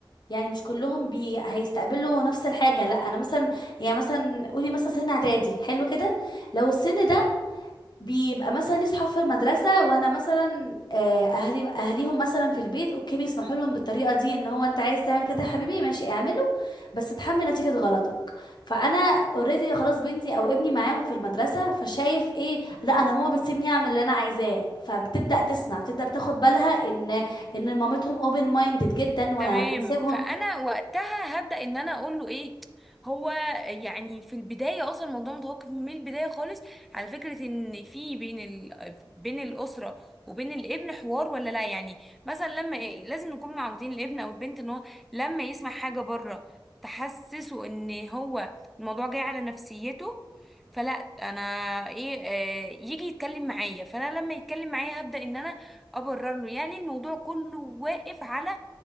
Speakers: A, on the left (about 55°); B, in the centre.
A: يعني مش كلهم بي... هيستقبلوا نفس الحاجة لا انا مثلا يعني مثلا قولي مثلا سن اعدادي حلو كده لو السن ده بيبقى مثلا ليه صحاب في المدرسة وانا مثلا آه، اهلي اهليهم مثلا في البيت اوكي بيسمحوا لهم بالطريقة دي ان هو انت عايز تعمل كده يا حبيبي ماشي اعمله بس اتحمل نتيجة غلطك فانا اوريدي خلاص بنتي او ابني معاهم في المدرسة فشايف ايه لا انا ماما بتسيبني اعمل اللي انا عايزاه فبتبدأ تسمع بتبدأ بتاخد بالها ان ان مامتهم اوبن مايندد جدا
B: تمام
A: وبتسيبهم
B: فانا وقتها هبدا ان انا اقول له ايه هو يعني في البدايه اصلا الموضوع متوقف من البدايه خالص على فكره ان في بين ال... بين الاسره وبين الابن حوار ولا لا يعني مثلا لما إيه لازم نكون معودين الابن او البنت ان هو لما يسمع حاجه بره تحسسه ان هو الموضوع جاي على نفسيته فلا انا ايه آه يجي يتكلم معايا فانا لما يتكلم معايا هبدا ان انا ابرر له يعني الموضوع كله واقف على